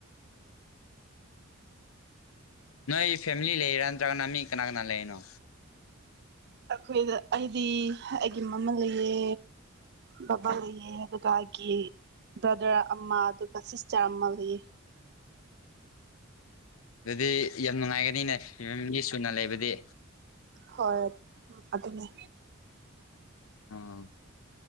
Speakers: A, on the left; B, on the right.
A: ꯅꯣꯏꯒꯤ ꯐꯦꯝꯂꯤ ꯂꯩꯔꯥ ꯅꯠꯇ꯭ꯔꯒꯅ ꯃꯤ ꯀꯅꯥ ꯀꯅꯥ ꯂꯩꯔꯤꯅꯣ
B: ꯑꯈꯣꯏꯗ ꯑꯩꯗꯤ ꯑꯩꯒꯤ ꯃꯃꯜ ꯂꯩꯌꯦ ꯕꯕꯥ ꯂꯩꯌꯦ ꯑꯗꯨꯒ ꯑꯩꯒꯤ ꯕ꯭ꯔꯗꯔ ꯑꯃ ꯑꯗꯨꯒ ꯁꯤꯁꯇꯔ ꯑꯃ ꯂꯩꯌꯦ
A: ꯗꯨꯗꯤ ꯌꯥꯝ ꯅꯨꯡꯉꯥꯏꯒꯅꯤꯅꯦ ꯌꯨꯝ ꯃꯤ ꯁꯨꯅ ꯂꯩꯕꯗꯤ
B: ꯍꯣꯏ ꯑꯗꯨꯅꯦ
A: ꯑꯣ